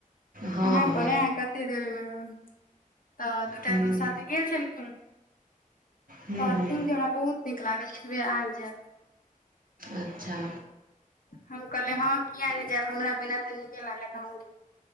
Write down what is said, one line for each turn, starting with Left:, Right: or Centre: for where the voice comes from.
Right: हँ
Left: अहाँ
Right: हँ
Left: पर ए कते <unintelligible> तऽ दूटा
Right: हूँ
Left: दोस्त साथे गेल छेलखिन
Right: हूँ
Left: कहलखिन
Right: हूँ
Left: जे हमरा बहुत नीक लागल एक बेर आयब जायब।
Right: अच्छा।
Left: हम कहलिये हँ किया नै जैब हमरा बिना तऽ नीके लागत अहाँके।